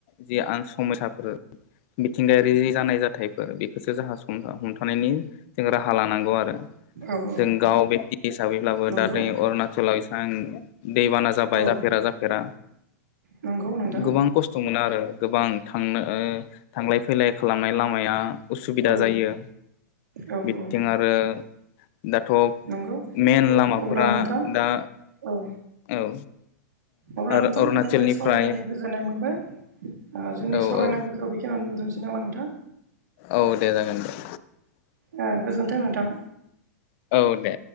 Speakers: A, on the left (about 50°); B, on the right (about 80°).
A: जि आन समयसाफोर मिथिंगायारि जानाय जाथायफोर बेखोसो जोहा हमथानायनि जों राहा लानांगौ आरो।
B: औ औ
A: जों गाव बेक्ति हिसाबैब्लाबो
B: नंगौ
A: दा नै अरुणचलाव एसां दैबाना जाबाय
B: औ
A: जाफेरा-जाफेरा
B: नंगौ नोंथां
A: गोबां खस्थ' मोनो आरो गोबां थांनो ओ थांलाय-फैलाय खालामनाय लामाया उसुबिदा
B: औ
A: जायो।
B: औ
A: बिथिं
B: औ
A: आरो दाथ'
B: नंगौ
A: मेन लामाफोरा
B: अब्ला नोंथां
A: दा
B: औ
A: औ
B: अब्ला
A: आरो
B: नोंथां
A: अरुणाचलनिफ्राय
B: नोंथांजों सावरायनानै गोजोननाय मोनबाय ओ जोंनि
A: औ
B: सावरायनांगोखौ
A: औ
B: बेखिनियावनो दोनथ'नोसै नामा नोंथां
A: औ दे जागोन दे
B: ओ गोजोन्थों नोंथां
A: औ दे